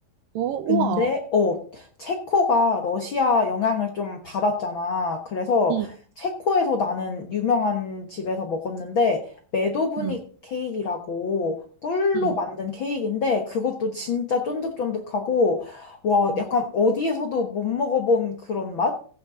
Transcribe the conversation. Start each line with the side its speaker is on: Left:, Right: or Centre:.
Right: 오,
Left: 근데
Right: 우와.
Left: 어 체코가 러시아 영향을 좀 받았잖아. 그래서
Right: 응,
Left: 체코에서 나는 유명한 집에서 먹었는데 메도브닉
Right: 응,
Left: 케이크라고 꿀로
Right: 응.
Left: 만든 케이크인데 그것도 진짜 쫀득쫀득하고 와
Right: 응.
Left: 약간 어디에서도 못 먹어본 그런 맛?